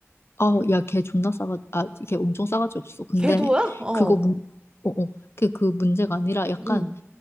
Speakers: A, on the left; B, on the right.
A: 아, 야, 걔 존나 싸가, 아, 걔 엄청 싸가지 없어. 근데
B: 걔도야? 어,
A: 그거 문, 어, 어, 그, 그 문제가 아니라 약간
B: 응,